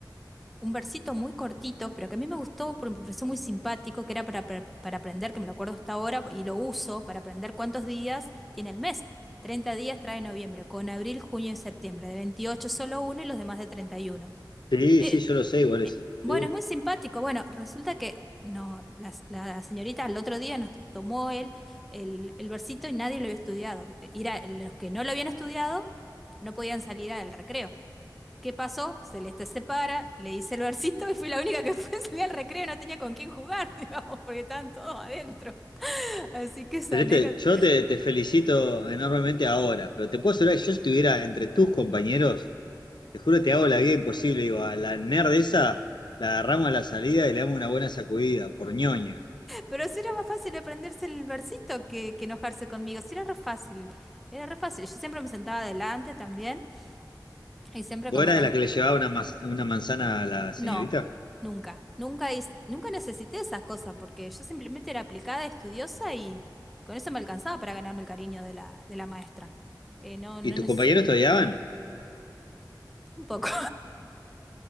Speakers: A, in the centre; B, on the left.
A: un versito muy cortito, pero que a mí me gustó porque me pareció muy simpático, que era para, para, para aprender, que me lo acuerdo hasta ahora y lo uso para aprender cuántos días tiene el mes. 30 días trae noviembre, con abril, junio y septiembre. De 28 solo uno y los demás de 31.
B: Sí,
A: Eh,
B: sí, yo lo sé, igual eso.
A: eh, bueno,
B: Sí.
A: es muy simpático. Bueno, resulta que no, la, la señorita el otro día nos tomó el, el, el versito y nadie lo había estudiado. Era, los que no lo habían estudiado no podían salir al recreo. ¿Qué pasó? Celeste se para, le hice el versito y fui la única que <laughs> fue salir al recreo y no tenía con quién jugar, <laughs> digamos, porque estaban todos adentro. Así que esa
B: Celeste,
A: anécdota.
B: yo te, te felicito enormemente ahora, pero te puedo asegurar que yo estuviera entre tus compañeros, te juro que te hago la vida imposible, digo, a la nerd esa la agarramos a la salida y le damos una buena sacudida, por ñoña.
A: Pero sí era más fácil aprenderse el versito que, que enojarse conmigo. Sí era re fácil. Era re fácil. Yo siempre me sentaba adelante también y siempre
B: ¿Vos
A: como
B: eras
A: la...
B: de la que le llevaba una, mas- una manzana a la señorita?
A: No, nunca. Nunca, hice- nunca necesité esas cosas porque yo simplemente era aplicada, estudiosa y con eso me alcanzaba para ganarme el cariño de la, de la maestra. Eh, no, no
B: ¿Y tus
A: neces-
B: compañeros te odiaban?
A: Un poco.